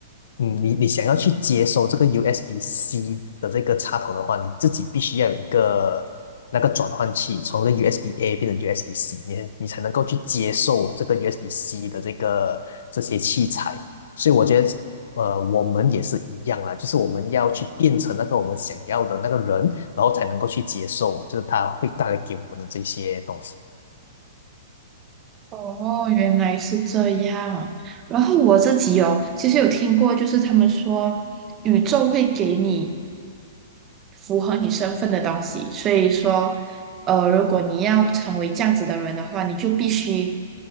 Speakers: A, on the left; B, on the right.
A: 嗯，你你想要去接收这个 USB-C 的这个插头的话，你自己必须要有一个那个转换器，从这个 USB-A 变成 USB-C，你你才能够去接受这个 USB-C 的这个这些器材。所以我觉得呃，我们也是一样啦，就是我们要去变成那个我们想要的那个人，然后才能够去接受，就是他会带来给我们的这些东西。
B: 哦，原来是这样。然后我自己哦，其实有听过，就是他们说宇宙会给你符合你身份的东西，所以说，呃，如果你要成为这样子的人的话，你就必须